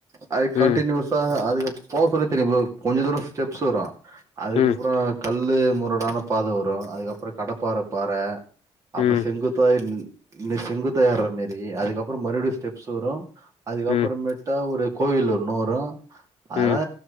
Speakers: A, on the right; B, on the left.
A: அது கண்டியஸ்
B: ம்
A: அதுக்கு போக சொல்லி தெரியு ஃப்ரோ கொஞ்ச தூரோ ஸ்டெப்ஸ் வரு அதுக்கப்பறோ
B: ம்
A: கல்லு முரடான பாத வரு அதுக்கப்பறோ கடப்பாற பாறை அப்பறோ
B: ம்
A: செங்குத் இப்ப இது செங்குத்தா ஏறுற மாரி அதுக்கப்பறோ மறுபடியு ஸ்டெப்ஸ் வரு அதுக்கு
B: ம்
A: அப்பறமேட்டா ஒரு கோவில் ஒன்னு வரும் அதெல்லா
B: ம்